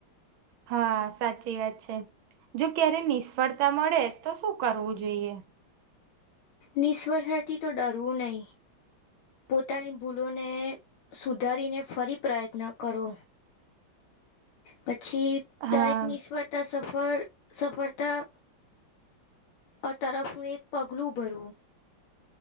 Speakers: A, on the right; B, on the left.
A: હા સાચી વાત છે, જો ક્યારે નિષ્ફળતા મળે તો શું કરવું જોઈએ?
B: નિષ્વર્તાથી તો ડરવું નહી, પોતાની ભૂલોને સુધારીને ફરી પ્રયત્ન કરો. પછી
A: હા
B: દરેક નિષ્ફળતા સફર સફળતા અ તરફનું એક પગલું ભરવું.